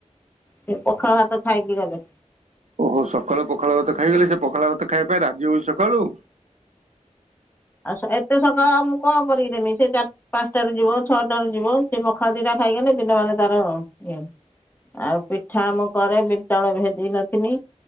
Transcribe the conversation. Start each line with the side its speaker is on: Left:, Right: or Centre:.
Left: ସେ ପଖାଳ ଭାତ ଖାଇକି ଗଲେ
Right: ଓହୋ ସକାଳୁ ପଖାଳ ଭାତ ଖାଇଗଲେ ସେ ପଖାଳ ଭାତ ଖାଇବା ପାଇଁ ରାଜି ହଉଛି ସକାଳୁ।
Left: ଆଉ ସେ ଏତେ ସକାଳ ମୁଁ କଣ କରିକି ଦେମି ସେ ଚ ପାଞ୍ଚଟାରେ ଯିବ ଛଅଟାରେ ଯିବ ସେ ପଖାଳ ଦିଟା ଖାଇଗଲେ ଦିନ ମାନେ ତାର ଇଏ ଆଉ ପିଠା ମୁଁ କରେ ବିରି ଚାଉଳ ଭେଦେଇ ନିଥିନି।